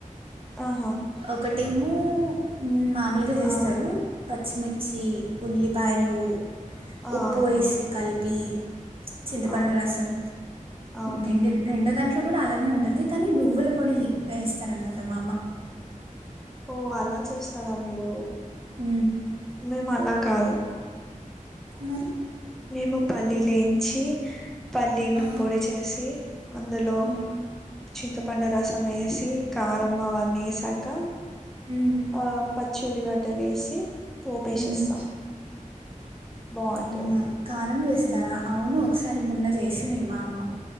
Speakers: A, in the centre; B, on the right.
A: ఆహా
B: ఒకటేమో మా లుగా చేస్తారు
A: ఆ
B: పచ్చిమిర్చి ఉల్లిపాయలు
A: ఆ
B: ఉప్పు
A: అవునా
B: వేసి కలిపి చింతపండు
A: ఆ
B: రాసం
A: అవునా
B: రెండు రెండో దాం అట్లో కూడా అలానే ఉంటుంది కానీ నువ్వుల పొడి వేస్తారనమాట మా అమ్మ
A: ఓ అలా చేస్తారా మీరు
B: అ
A: మేము అలా కాదు
B: మరి
A: మేము పల్లీ లేం ఇచ్చి పల్లీలు
B: ఆ,
A: పొడి చేసి అందులో
B: మ్,
A: చింత పండు రసం వేసి కారం అవన్నీ వేసాక
B: మ్,
A: ఆ ప చుల్లిగడ్డలు వేసి పోపేషిస్తాము
B: మ్.
A: బాగుంటది
B: అవునా కారం వేస్తారా
A: ఉమ్,
B: అవును ఒక సారి మన్న చేసింది మా అమ్మ